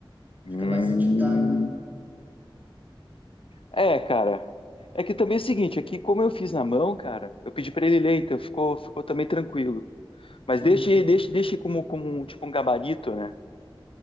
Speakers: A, on the left (about 80°); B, on the right (about 20°).
A: Hum.
B: Fica mais editável.
A: É, cara. É que também é o seguinte, aqui como eu fiz na mão, cara, eu pedi pra ele ler, então ficou, ficou também tranquilo.
B: Sim.
A: Mas deixe, deixe, deixe como, como um- tipo um gabarito, né?